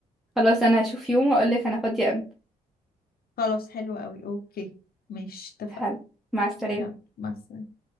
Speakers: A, in the centre; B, on the left.
A: خلاص انا هشوف يوم واقول لك انا فاضية امتى
B: خلاص حلو قوي اوكي ماشي اتفقنا
A: حلو مع السلامة
B: يلا مع السلامة